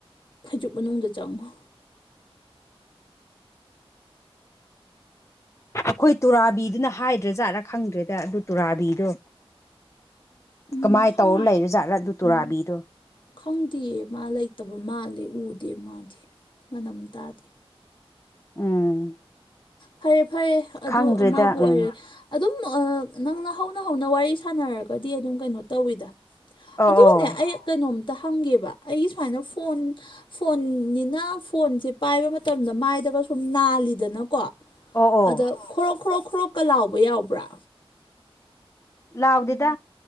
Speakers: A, on the left; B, on the left.
A: ꯐꯩꯖꯨꯞ ꯃꯅꯨꯡꯗ ꯆꯪꯉꯨ
B: ꯑꯩꯈꯣꯏ ꯇꯨꯔꯥꯕꯤꯗꯨꯅ ꯍꯥꯏꯗ꯭ꯔꯥꯖꯥꯠꯔꯥ ꯈꯪꯗ꯭ꯔꯦꯗ ꯑꯗꯨ ꯇꯨꯔꯥꯕꯤꯗꯣ
A: ꯎꯝ
B: ꯀꯃꯥꯏ
A: ꯈꯪ
B: ꯇꯧꯔ ꯂꯩꯔꯖꯥꯠꯂꯥ ꯑꯗꯨ ꯇꯨꯔꯥꯕꯤꯗꯣ
A: ꯈꯪꯗꯦꯌꯦ ꯃꯥ ꯂꯩꯇꯕ ꯃꯥꯜꯂꯦ ꯎꯗꯦ ꯃꯥꯗꯤ ꯃꯅꯝ ꯇꯥꯗꯦ
B: ꯎꯝ
A: ꯐꯔꯦ ꯐꯔꯦ ꯑꯗꯨ
B: ꯈꯪꯗ꯭ꯔꯦꯗ
A: ꯑꯃꯕꯨ
B: ꯎꯝ
A: ꯑꯣꯏꯔꯦ ꯑꯗꯨꯝ ꯅꯪꯅ ꯍꯧꯅ ꯍꯧꯅ ꯋꯥꯔꯤ ꯁꯥꯟꯅꯔꯒꯗꯤ ꯑꯗꯨꯝ ꯀꯩꯅꯣ ꯇꯧꯋꯤꯗ
B: ꯑꯣ
A: ꯑꯗꯨꯒꯅꯦ
B: ꯑꯣ
A: ꯑꯩ ꯀꯩꯅꯣꯝꯇ ꯍꯪꯒꯦꯕ ꯑꯩꯒꯤ ꯁꯨꯃꯥꯏꯅ ꯐꯣꯟ ꯐꯣꯟꯅꯤꯅ ꯐꯣꯟꯁꯦ ꯄꯥꯏꯕ ꯃꯇꯝꯗ ꯃꯥꯏꯗꯒ ꯁꯨꯝ ꯅꯥꯜꯂꯤꯗꯅꯀꯣ
B: ꯑꯣ ꯑꯣ
A: ꯑꯗ ꯈꯣꯔꯣꯛ ꯈꯣꯔꯣꯛ ꯈꯣꯔꯣꯛꯀ ꯂꯥꯎꯕ ꯌꯥꯎꯕ꯭ꯔꯥ
B: ꯂꯥꯎꯗꯦꯗ